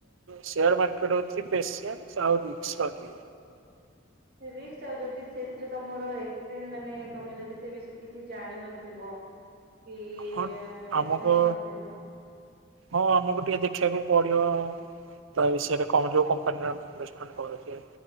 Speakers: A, on the right; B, on the right.
A: ଶେଆର ମାର୍କେଟ ହଉଛି ପେଶିଆର ଆଉ ମିଛ ଇଏ
B: ସେ ରିକ୍ ସି ଆଉ ଯଦି ସେଥିରେ ତମର ଏକ୍ସପିରିସ ମାନେ ତମେ ଯଦି ସେ ବିଷୟରେ କିଛି ଜାଣିନଥିବ। କିଏ
A: ହଁ
B: ଏକ୍ସପ୍ରେସ
A: ଆମକୁ
B: ଧରିଥିବ।
A: ହଁ ଆମକୁ ଟିକେ ଦେଖିବାକୁ ପଡିବ ଆଉ। ତା ବିଷୟରେ କଣ ଯୋଉ କମ୍ପାନୀରେ ଆଉ ଇନେଷ୍ଟମେଣ୍ଟ କରୁଛେ